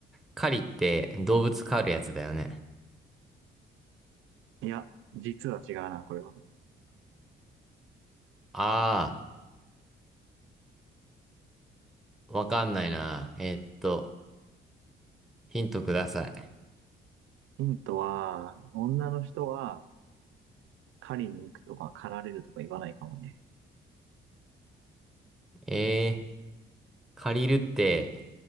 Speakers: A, in the centre; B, on the right.
A: 狩りって動物狩るやつだよね。
B: いや、実は違うな、これは。
A: ああ、わかんないな。えーっと、ヒントください。
B: ヒントは、女の人は狩りに行くとか狩られるとか言わないかもね。
A: えー、借りるって、